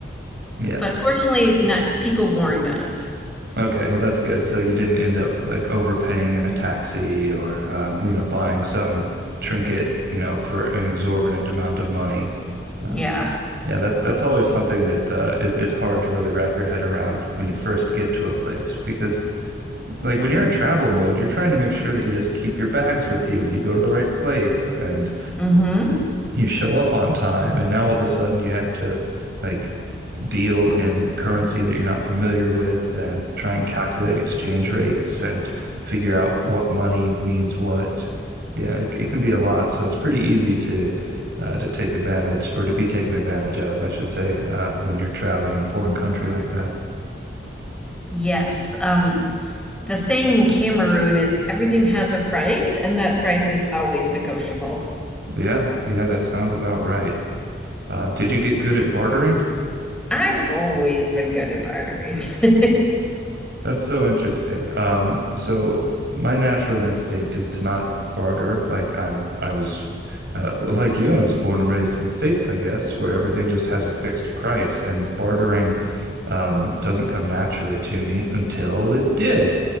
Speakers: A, on the right; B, in the centre.
A: yeah.
B: But fortunately, not, people warned us.
A: Okay. Well, that's good. So you didn't end up like overpaying in a taxi or, um, you know, buying some trinket, you know, for an exorbitant amount of money. Uh,
B: Yeah.
A: Yeah, that's that's always something that uh, is, is hard to really wrap your head around when you first get to a place because like when you're in travel mode, you're trying to make sure that you just keep your bags with you and you go to the right place and
B: hmm
A: you show up on time and now all of a sudden you have to like deal in currency that you're not familiar with and try and calculate exchange rates and figure out what money means what. Yeah, it, it can be a lot. So it's pretty easy to uh, to take advantage or to be taken advantage of, I should say, uh, when you're traveling in a foreign country like that.
B: Yes. Um, the saying in Cameroon is everything has a price, and that price is always negotiable.
A: Yeah, yeah, that sounds about right. Uh, did you get good at bartering?
B: I'm always been good at bartering. <laughs>
A: That's so interesting. Um, so my natural instinct is to not barter. Like I'm, I was, uh, well, like you, I was born and raised in the States, I guess, where everything just has a fixed price, and bartering, um, doesn't come naturally to me until it did.